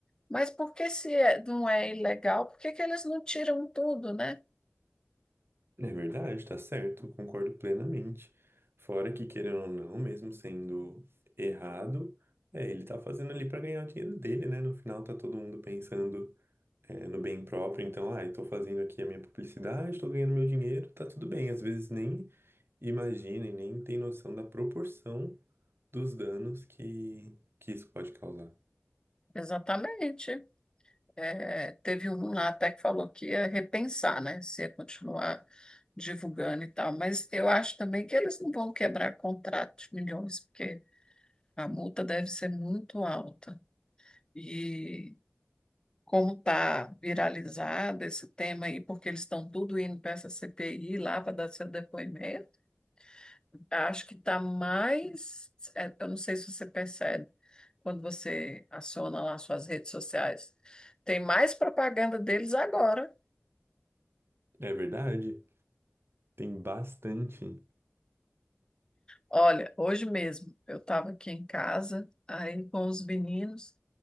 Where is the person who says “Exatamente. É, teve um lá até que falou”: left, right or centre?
Left